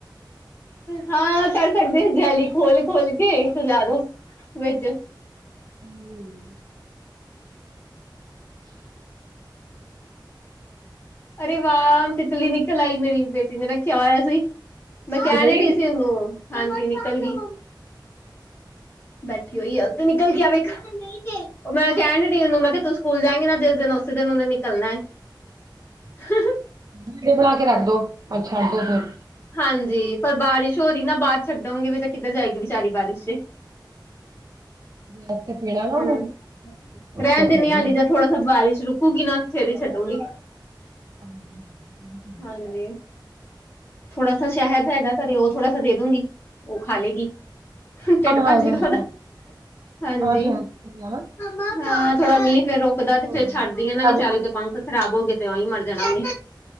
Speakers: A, on the left; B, on the right.
A: ਹਾਂ, ਕਰ ਸਕਦੇ ਆ ਜਿਆਲੀ ਖੋਲ-ਖੋਲ ਕੇ ਸੁਜਾ ਦੋ, ਵਿੱਚ
B: ਹਮ।
A: ਅਰੇ ਵਾਹ, ਤਿਤਲੀ ਨਿਕਲ ਆਈ, ਮੇਰੀ ਬੇਟੀ ਨੇ ਰੱਖਿਆ ਹੋਇਆ ਸੀ‌। ਮੈਂ ਕੈਨਡਈ
B: ਨਿਕਲ ਗਈ
A: ਸੀ ਉਹਨੂੰ, ਹਾਂਜੀ ਨਿਕਲ ਗੀ। ਬੈਠੀ ਹੋਈ ਆ, ਉਤੇ ਨਿਕਲ ਕੇ ਆ ਵੇੇਖ ਮੈਂ ਕਹਿਣ ਡਈ ਉਹਨੂੰ ਮੈਂ ਕਿਹਾ ਤੂੰ ਸਕੂਲ ਜਾਏਗੀ ਨਾ। ਜਿਸ ਦਿਨ ਉਸੇ ਦਿਨ ਉਹਨੇ ਨਿਕਲਣਾ ਏ। ' <inaudible>
B: ਵੀਡੀਓ ਬਣਾ ਕੇ ਰੱਖ ਦੋ, ਆ ਛੱਡ ਦੋ ਫਿਰ
A: ਹਾਂਜੀ, ਪਰ ਬਾਰਿਸ਼ ਹੋ ਰਹੀ ਨਾ ਬਾਹਰ ਛੱਡੋਗੇ ਵੀ ਤਾਂ ਕਿੱਧਰ ਜਾਏਗੀ ਵਿਚਾਰੀ ਬਾਰਿਸ਼ 'ਚ'
B: ਵਾਸਤੇ ਪੀਣਾ ਨਾ ਉਹਨੂੰ
A: ਹਮ, ਰਹਿਣ
B: ਭੁੱਖ
A: ਦਿੰਨੀ
B: ਲੱਗੀ
A: ਆ ਹਲੇ
B: ਹੋਣੀ
A: ਤਾਂ ਥੋੜਾ ਟਾਇਮ ਬਾਰਸ਼ ਰੁਕੋ ਘੂ ਕਿ ਨਾ ਫਿਰ ਹੀ ਛੱਡੂਗੀ।
B: ' <inaudible>
A: ਹਾਂਜੀ। ਥੋੜਾ ਸਾ ਸ਼ਹਿਦ ਹੈਗਾ। ਘਰੇ ਉਹ ਥੋੜਾ ਸਾ ਦੇ ਦੂੰਗੀ। ਉਹ ਖਾ ਲਏਗੀ, ਢਿੱਡ
B: ਹਾਂ ਮੈਂ ਆਇਆ
A: ਭਾਜੇਗਾ ਉਹਦਾ,
B: ਹਾਂ
A: ਹਾਂਜੀ।
B: ਆ ਸ਼ਹਿਰ ਤੇ ਪੀ ਜਾਣਾ
A: ਹਾਂ, ਥੋੜਾ ਮੀਹ ਫੇਰ ਰੁਕਦਾ ਤੇ
B: ਹਾਂ
A: ਫੇਰ ਛੱਡਦੀ ਆ ਨਾ
B: ਮੈਂ
A: ਵਿਚਾਰੀ
B: ਵੀ
A: ਦੇ ਪੰਖ ਖ਼ਰਾਬ ਹੋ ਗਏ ਤੇ ਹੀ ਮਰ ਜਾਣਾ ਉਹਨੇ